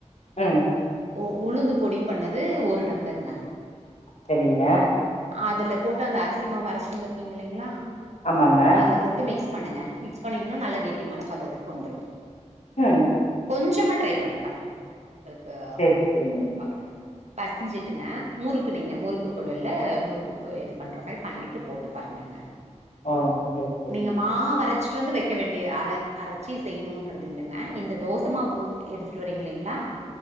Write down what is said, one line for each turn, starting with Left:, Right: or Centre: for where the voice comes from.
Left: ம்
Right: ஓ உளுந்து பொடி பண்ணது ஒரு டம்ளர்ங்க
Left: செரிங்க
Right: அதுல போட்டு அந்த அரிசி மாவு அரைச்சுட்டு வந்திருக்கில்லைங்களா
Left: ஆமாங்க
Right: அதுல போட்டு மிக்ஸ் பண்ணுங்க மிக்ஸ் பண்ணிங்ன்னா நல்ல கெட்டிமான பதத்துக்கு வந்துரு
Left: ம்
Right: கொஞ்சமா ட்ரை பண்ணி பாருங்க உங்களுக்கு
Left: சரி சரிங்க
Right: இதுவாகட்டு பேசஞ்சிட்டுங்க முறுக்கு நீங்க முறுக்கு குழல்ல முறுக்கு இது பண்ற மாரி பண்ணிட்டு போட்டு பாருங்கங்க
Left: ஓ சரி சரிங்க
Right: நீங்க மாவரச் சுட்டு வந்து வக்க வேண்டிய அர அரச்சு செய்யணுன்றது இல்லங்க இந்த தோசமாவு எடுத்துட்டு வரிங்கில்லைங்களா